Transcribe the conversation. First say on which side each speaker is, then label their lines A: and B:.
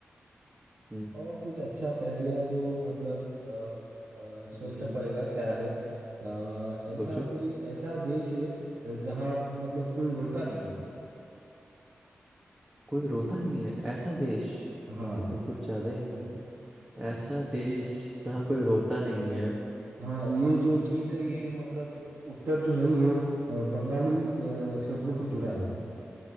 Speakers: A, on the right; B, on the right.
A: हम्म
B: और कुछ अच्छा पहेलियाँ तो मतलब अ, अ, सोचना
A: हम्म,
B: पड़ेगा क्या है अ, ऐसा
A: सोचो
B: कोई ऐसा देश है अ, जहाँ मतलब कोई रोता नहीं है
A: कोई रोता नहीं है ऐसा देश
B: हाँ
A: ये तो कुछ ज्यादा ही hard है ऐसा देश जहाँ कोई रोता नहीं है
B: हाँ ये जो
A: हम्म
B: चीज है ये मतलब उत्तर जो है ये अ, बंगाली अ, क्षेत्र से जुड़ा है